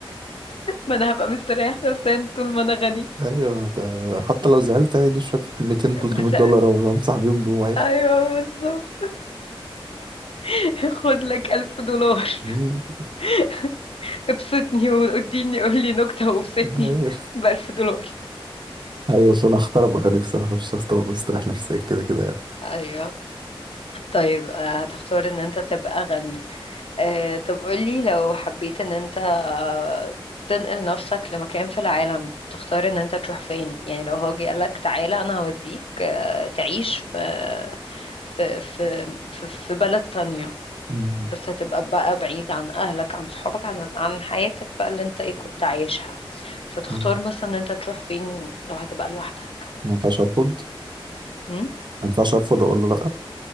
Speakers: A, on the left (about 80°); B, on the right (about 55°).
A: ما انا هبقى مستريح نفسيا طول ما انا غني
B: ايوه ده حتى لو زعلت هيجي شويه 200 300
A: بس
B: دولار او امسح بيهم دموعي
A: ايوه بالظبط <laughs> خد لك ألف دولار
B: مم.
A: <laughs> ابسطني واديني قولي نكتة وابسطني
B: ايوه
A: <laughs> بألف دولار
B: ايوه فانا اختار ابقى غني بصراحه مش هختار ابقى استريح نفسيا كده كده يعني
A: ايوه طيب آه، هتختار ان انت تبقى غني أه طب قولي لو حبيت ان انت آه، تنقل نفسك لمكان في العالم تختار ان انت تروح فين يعني لو هو جه قالك تعالى انا هوديك آه، تعيش في في في في في بلد تانية
B: مم.
A: بس هتبقى بقى بعيد عن أهلك عن صحابك عن عن حياتك بقى اللي انت ايه كنت عايشها فتختار
B: مم.
A: مثلا ان انت تروح فين لو هتبقى لوحدك
B: ما ينفعش ارفض
A: م?
B: ما ينفعش ارفض اقول له لا